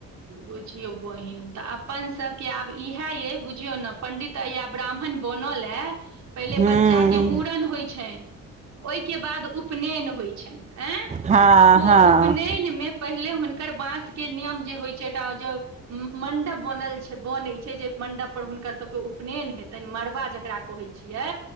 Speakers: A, on the right; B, on the right.
A: बुझियौ बहिन तऽ अपन सभके आब इएह अइ बुझियौ ने पण्डित या ब्राह्मण बनले पहिले
B: हँ
A: बच्चा के मूड़न होइ छैन ओहिके बाद उपनयन होइ छैन एं
B: हँ
A: ओ
B: हँ
A: उपनयन मे पहिले हुनकर बांस के नियम जे होइ मंडप बनल छै बनै छै जे मंडप पर हुनकर सबके उपनयन हेतनि मड़बा जकरा कहै छियै